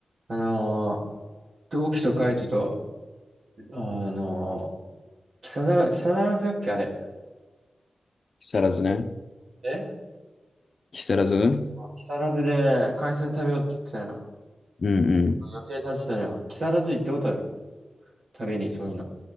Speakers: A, on the right (about 70°); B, on the left (about 55°).
A: あのー、同期とカイトと、あのー、木更津、木更津だっけあれ。
B: 木更津ね。
A: 木更津え
B: 木更津うん
A: あ木更津で海鮮食べようって言ってたよ。
B: うん。
A: 予定立てたじゃん。木更津行ったことある食べに、そういうの。